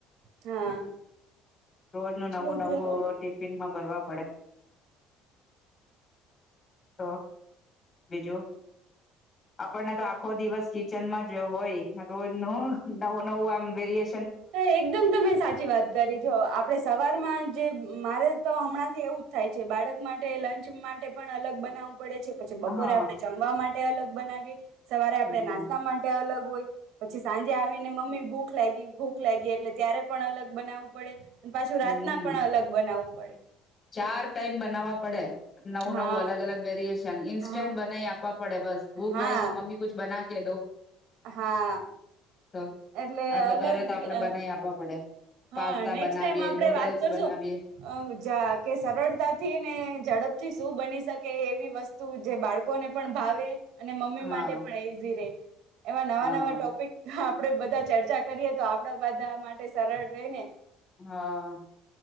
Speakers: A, on the right; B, on the left.
A: હા
B: રોજ ન નવું
A: છોકરા
B: નવું ટિફિનમાં બરવા તો બીજું આપણને ો દિવસ કિચનમાં જ હોય રોજ નું નવું નવું આમ વેરએ
A: એકદમ તમે સાચી વાત કરી જો આપડે સવારમાં જે મારે તો હમણાં એવું જ થાય છે બાળક માટે લંચ માટે પણ અલગ બનાવ પડે છે, પછી બપોરે
B: હા
A: આપડણે જમવા માટે તે અલગ બનાવીએ. સવારે
B: હમ
A: આપડે નાસ્તા માટે અલગ પછી સાંજે આવીને મમ્મી ભૂખ લાગી ભૂ લાગી એટલે ત્યારે પણ અલગ બનાવવું પડે. પાછું
B: હમ
A: રાતના પણ અલગ બનાવું. પડે.
B: ચાર ટાઈમ બનાવવા પડે. નવું
A: હા
B: નવું અલગ અલગ વેરિયેશન અન ઇન્સ્ટન્ટ
A: હા
B: બનાઈ આપવા પડે બસ ભૂખ
A: હા
B: લાયગી મમ્મી કુછ બના કે દો.
A: હા.
B: તો
A: એટલે
B: આટલા
A: અલગ
B: તરત આપડે બનાઈ
A: અ
B: આપવા પડે. પાસ્તા
A: હા, નેક્સ્ટ
B: બનાવીએ
A: ટાઈમ આપડે
B: નૂડલ્સ
A: વાત કરશો
B: બનાવીએ
A: અહ જા કે સરળતાથી ને ઝડપથી શું બની શકે એવી વસ્તુ જે બાળકોને પણ ભાવે અને મમ્મી
B: હા
A: માટે પણ ઈઝી રે. એવા નવા
B: હા
A: નવા ટોપિક હાપ પડે બધા ચર્ચા કરીએ તો આપડા બધા માટે સરળ રેહ ને.
B: હા.